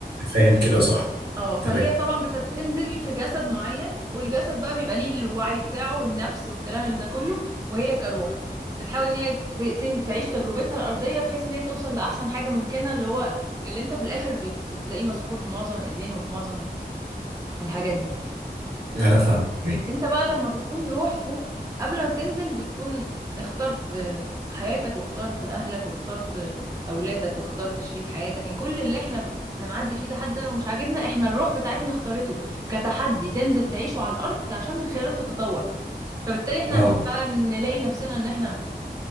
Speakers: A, on the right (about 75°); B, on the right (about 20°).
A: فاهم كده صح
B: اه فهي
A: تمام
B: طبعا بتنزل في جسد معين والجسد بقى بيبقى ليه الوعي بتاعه والنفس والكلام اللي ده كله وهي كروح بتحاول ان هي ت- تم- تعيش تجربتها الارضيه بحيث ان هي توصل لاحسن حاجه ممكنه اللي هو اللي انت في الاخر بي- بتلاقيه مذكور في معظم الاديان وفي معظم ال- الحاجات دي
A: انا فاهم ايه
B: انت بقى لما بتكون روح فوق قبل ما بتنزل بتكون اخترت حياتك واخترت اهلك واخترت اولادك واخترت شريك حياتك يعني كل اللي احنا بنعدي فيه ده حتى لو مش عاجبنا احنا الروح بتاعتنا اختارته كتحدي تنزل تعيشه على الارض عشان من خلاله تتطور فبالتالي احنا
A: اه
B: لما بقى نلاقي نفسنا ان احنا